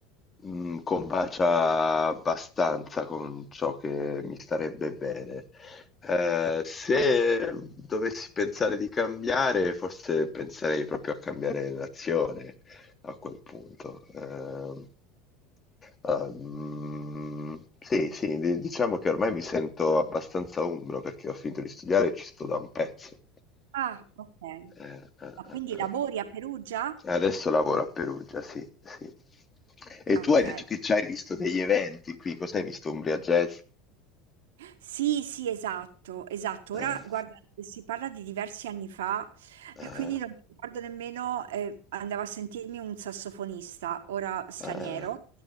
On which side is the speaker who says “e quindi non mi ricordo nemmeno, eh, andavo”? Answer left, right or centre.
Right